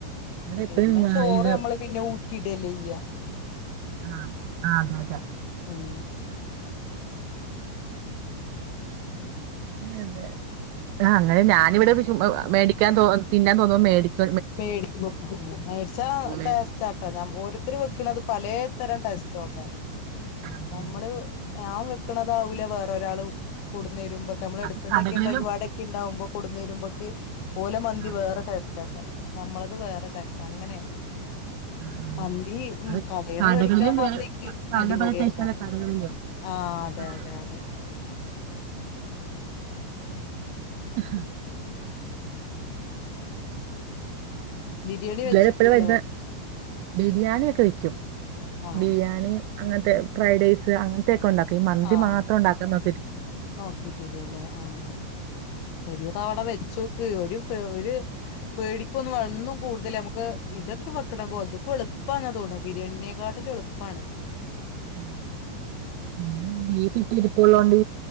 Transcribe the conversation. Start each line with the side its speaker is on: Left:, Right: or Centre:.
Right: ഇവിടെ
Left: പിന്നെ
Right: എപ്പഴും
Left: ചോറ്മ്മള്
Right: ഇത്
Left: പിന്നെ ഊറ്റിടല്ലേയ്യ
Right: ആഹ് ആഹ് അതെ അതെ
Left: ഉം
Right: ഉം അതെ ആഹ് അങ്ങനെ ഞാനിവിടെ ചു മേടിക്കാൻ തോ തിന്നാൻ തോന്നുമ്പോ മേടിക്ക
Left: മേടിക്കും മേടിച്ച
Right: ഉം മേടിച്ച്
Left: ടേസ്റ്റാട്ടോ ഞാൻ ഓരോത്തരു വെക്കണത് പല തരം ടെസ്റ്റ്ക്ക
Right: അതന്നെ.
Left: നമ്മള് ഞാൻ വേ ണതാവില്ല വേറൊരാൾ കൂടുന്ന വരുമ്പം നമ്മള അടത്ത്
Right: അത്
Left: തന്നെ
Right: കടകളിലും
Left: പരിപാടൊക്കെ ഉണ്ടാവുമ്പോ കുടുന്നരുമ്പോക്ക് ഓലെ മന്തി
Right: ആ
Left: വേറെ ടേസ്റ്റ് ആക്കാറ് നമ്മളത് വേറെ ടേസ്റ്റ് അങ്ങനെ
Right: ആഹ്
Left: മന്തി ഉം
Right: ആഹ് അത്
Left: കടേന്ന്
Right: കടകളിലും
Left: മേടിക്കണ മന്തിക്ക്
Right: വേറെ പല
Left: അടിപൊളിയാക്കാ
Right: പല ടെസ്റ്റ്‌ അതുപോലെ കടകളിലും
Left: ആഹ് അതെ
Right: ആഹ
Left: അതെ അതെ
Right: പിന്ന <unintelligible>
Left: ബിരിയാണി
Right: പിള്ളര്
Left: വെച്ചിട്ടുണ്ടാവും
Right: എപ്പഴാ വരുന്ന ബിരിയാണി ഒക്കെ വെക്കും
Left: ആഹ്
Right: ബിരിയാണി അങ്ങനത്തെ ഫ്രൈഡ് റൈസ് അങ്ങനത്തക്കെ ഉണ്ടാക്കും ഈ മന്തി
Left: ആഹ്
Right: മാത്രം ഉണ്ടാക്കാൻ നോ
Left: നോക്കിട്ടില്ലല്ലേ ആഹ് ഒരു തവണ വെച്ച നോക്ക് ഒരു ഒരു പേടിക്കൊന്ന ഒന്നും കൂടുതൽ നമുക്ക് ഇതൊക്കെ വെക്കണം അതൊക്കെ എളുപ്പാണതൊ ബിരിയാണിയെ കാട്ടിലും എളുപ്പമാണ്
Right: ആഹ് പിന്നെ ബീഫ് എപ്പോളും ഇരിപ്പ ഉള്ളോണ്ട്